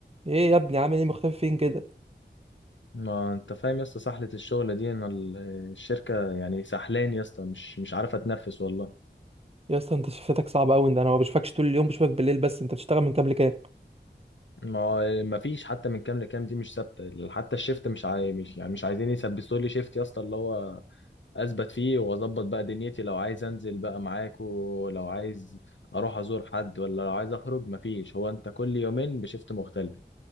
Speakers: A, on the right; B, on the left.
A: ايه يا ابني عامل ايه مختفي فين كده
B: ما انت فاهم يا اسطى سحلة الشغل دي ان ال- الشركة يعني سحلان يا اسطى مش مش عارفة تنفس والله
A: يا اسطى انت شفتك صعب قوي ده انا ما بشوفكش طول اليوم بشوفك بالليل بس انت بتشتغل من كام لكام
B: ما ما فيش حتى من كام لكام دي مش ثابتة حتى الشيفت مش عاي... مش يعني مش عايزين يثبتوا لي شيفت يا اسطى اللي هو اثبت فيه واظبط بقى دنيتي لو عايز انزل بقى معاك ولو عايز اروح ازور حد ولا لو عايز اخرج ما فيش هو انت كل يومين بشيفت مختلف